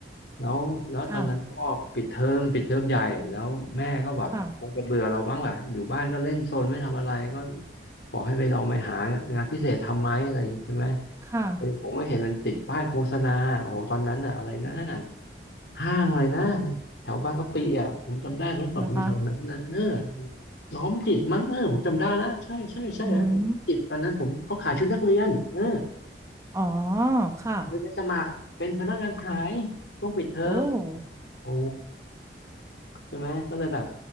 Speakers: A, on the left (about 75°); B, on the right (about 15°).
A: แล้วแล้วตอนนั้นก็ปิดเทอมปิดเทอมใหญ่แล้วแม่ก็แบบคงจะเบื่อเรามั้งแหละอยู่บ้านก็เล่นโซนไม่ทำอะไรก็
B: ค่ะค่ะ
A: บอกให้ไปลองไปหางานพิเศษทำไหมอะไรอย่างนี้ใช่ไหม
B: ค่ะ
A: เออผมกเห็นมันติดป้ายโฆษณาโอ้โหตอนนั้นอะอะไรนะห้างอะไรนะแถวบางกะปิอ่ะผมจำได้เมื่อก่อนผมอยู่แถวนั้นนะเออ
B: นะคะ
A: น้อมจิตมั้งเออผมจำได้แล้วใช่ใช่ใช่ห้างน้อมจิตตอนนั้นผมเขาขายชุดนักเรียนเออ
B: อืมอ๋อค่ะ
A: เลยไปสมัครเป็นพนักงานขายช่วงปิดเทอม
B: โอ้
A: โอ้ ใช่ไหมก็เลยแบบ